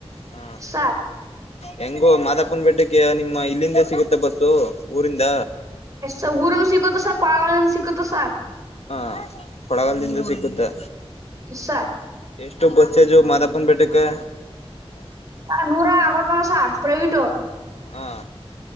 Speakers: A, on the left (about 75°); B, on the right (about 30°).
A: ಹ
B: ಸಾರ್
A: ಹೆಂಗೋ ಮಾದಪ್ಪನ ಬೆೇಟಕ ನಿಮ್ಮ ಇಲ್ಲಿಂದ ಸಿಗುತ್ತೆ ಬಸ್ಸು ಊರಿಂದ
B: ಎಷ್ಟ ಊರು ಸಿಗುತ್ತ ಸ ಕೊಳಗ ಸಿಕ್ಕುತ್ತ ಸರ್
A: ಹಾ ಕೊಡಗಲ್ದಿಂದ ಸಿಕ್ಕುತ್ತ
B: ಇಸ
A: ಎಷ್ಟು ಬಸ್ ಚಾರ್ಜು ಮಾದಪ್ಪನ್ ಬೆೇಟ್ಟುಕ್ಕೆ?
B: ಸಾರ್ ನೂರ ಅರ್ವತ್ತೊಂದು ಸಾ ಪ್ರವಟ
A: ಹಾ